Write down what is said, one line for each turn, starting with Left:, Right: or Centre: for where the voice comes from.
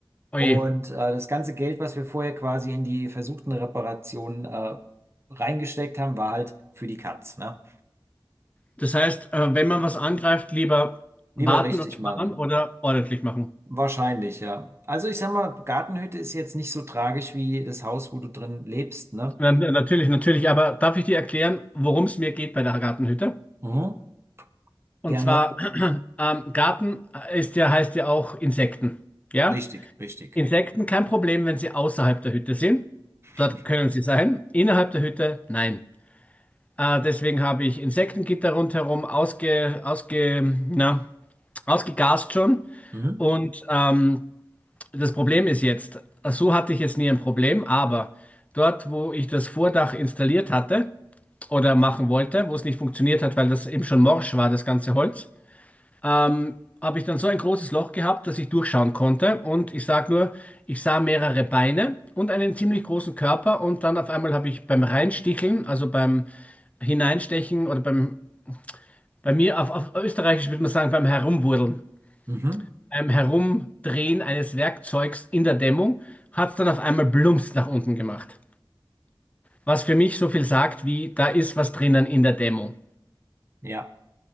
Left: Oje.
Right: Und äh, das ganze Geld, was wir vorher quasi in die versuchten Reparationen äh, reingesteckt haben, war halt für die Katz, ne?
Left: Das heißt, äh, wenn man was angreift, lieber
Right: Lieber
Left: warten
Right: richtig
Left: und sparen
Right: machen.
Left: oder ordentlich machen?
Right: Wahrscheinlich, ja. Also ich sag mal, Gartenhütte ist jetzt nicht so tragisch wie das Haus, wo du drin lebst, ne?
Left: Na, na- natürlich, natürlich. Aber darf ich dir erklären, worum es mir geht bei der Gartenhütte?
Right: Mhm.
Left: Und
Right: Gerne.
Left: zwar, <clears throat> ähm, Garten äh, ist ja, heißt ja auch Insekten. Ja?
Right: Richtig, richtig.
Left: Insekten kein Problem, wenn sie außerhalb der Hütte sind.
Right: <laughs>
Left: Dort können sie sein. Innerhalb der Hütte, nein. Äh, deswegen habe ich Insektengitter rundherum ausge, ausge, na, ausgegast schon.
Right: Mhm.
Left: Und ähm, das Problem ist jetzt, so hatte ich jetzt nie ein Problem, aber dort, wo ich das Vordach installiert hatte, oder machen wollte, wo es nicht funktioniert hat, weil das eben schon morsch war, das ganze Holz, ähm, habe ich dann so ein großes Loch gehabt, dass ich durchschauen konnte. Und ich sage nur, ich sah mehrere Beine und einen ziemlich großen Körper. Und dann auf einmal habe ich beim Reinsticheln, also beim Hineinstechen oder beim, bei mir auf, auf Österreichisch würde man sagen, beim Herumwurdeln,
Right: Mhm.
Left: beim Herumdrehen eines Werkzeugs in der Dämmung, hat es dann auf einmal Blumps nach unten gemacht. Was für mich so viel sagt, wie da ist was drinnen in der Dämmung.
Right: Ja,